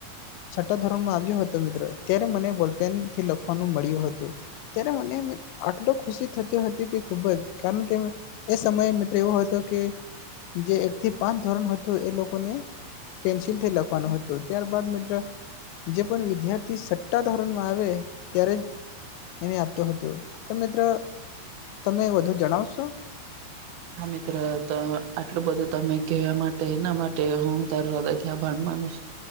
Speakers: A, on the left; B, on the right.
A: છઠ્ઠા ધોરણમાં આવ્યો હતો મિત્ર ત્યારે મને બોલપેન થી લખવાનું મળ્યું હતું ત્યારે મને આટલુ ખુશી થતી હતી કે ખુબ જ કારણ કે એ સમયે મિત્ર એવો હતો કે જે એક થી પાંચ ધોરણ હતું એ લોકોને પેન્સિલ થી લખવા હતો ત્યારબદ જે પણ વિદ્યાર્થી સટ્ટા ધોરણમાં આવે ત્યારે એને આપતું હતું તો મિત્રો તમે વધુ જણાવશો
B: હા મિત્ર તો આટલું બધું તમે કેયુ એમાટે એના માટે હું તારો હૃદય થી આભાર માનું છું.